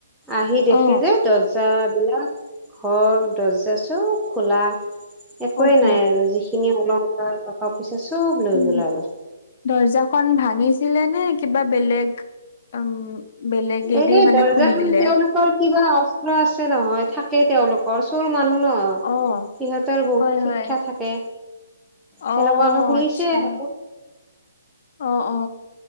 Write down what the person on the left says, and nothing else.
অ
অহ
উম
দৰ্জাখন ভাঙিছিলে নে। কিবা বেলেগ উম। বেলেগেদি
মানে
খুলি
দিলে
অ
হয় হয়
অ
আচ্ছা।
অ অ